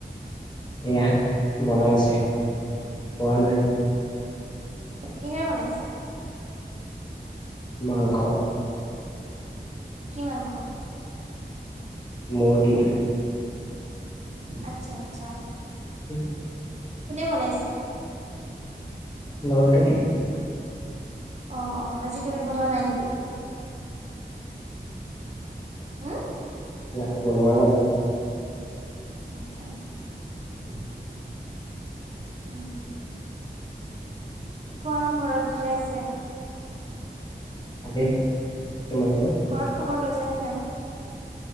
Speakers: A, on the left; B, on the right.
A: এয়া, বনাই আছে, হোৱা নাই।
B: কিহেৰে বনাইছে?
A: মাংস।
B: কি মাংস?
A: মুৰ্গী।
B: আচ্ছা, আচ্ছা।
A: <unintelligible>
B: কোনে বনাইছে?
A: লগৰটোই।
B: অ', অ', আজি তুমি বনোৱা নাই নেকি? উম?
A: নাই বনোৱা নাই।
B: আচ্ছা, আচ্ছা।
A: <inaudible>
B: উম, কোৱা ঘৰত ভালে আছে?
A: ভালেই, তোমালোকৰ?
B: ঘৰত খবৰ লৈছা নে নাই?